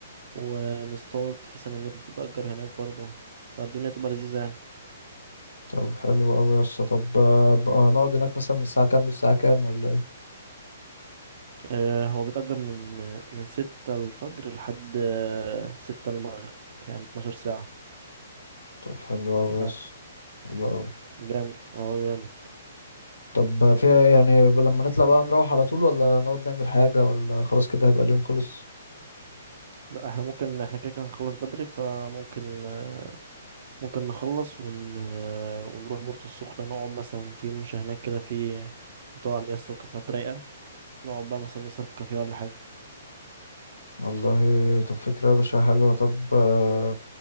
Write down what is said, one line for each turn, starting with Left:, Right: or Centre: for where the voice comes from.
Right: ونصطاد في سنانير بتتأجر هناك برضو فالدنيا تبقى لذيذة يعني
Left: طب حلو قوي يس طب آه، بقى هنقعد هناك مثلا من الساعة كام للساعة كام ولا ايه
Right: آه هو بيتأجر من من ستة الفجر لحد آه، ستة المغرب يعني 12 ساعة
Left: طب حلو قوي
Right: ف
Left: يس حلو قوي
Right: جامد هو جامد
Left: طب آه، فيها إيه؟ يعني ب- لما نطلع بقى نروح على طول ولا نقعد نعمل حاجة ولا خلاص كده هيبقى اليوم خلص
Right: لا احنا ممكن احنا كده كده هنخلص بدري فممكن آه، ممكن نخلص ون... آه، ونروح بورتو السخنة نقعد مثلا في مش هناك كده في مطاعم يا اسطى وكافيهات رايقة نقعد بقى مثلا نسهر في كافيه ولا حاجة
Left: والله طب فكرة يا باشا حلوة طب آه،